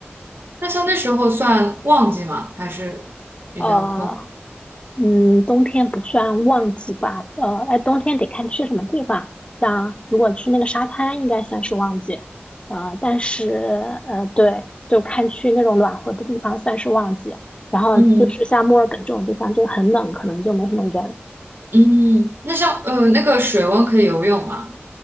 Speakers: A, on the right; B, on the left.
A: 那像那时候算旺季吗？还是比较空？
B: 呃，嗯，冬天不算旺季吧？呃，哎，冬天得看去什么地方。像如果去那个沙滩，应该算是旺季。呃，但是呃，对，就看去那种暖和的地方算是旺季。然后就是像墨尔本这种地方就很冷，
A: 嗯
B: 可能就没什么人。
A: 嗯，那像呃那个水温可以游泳吗？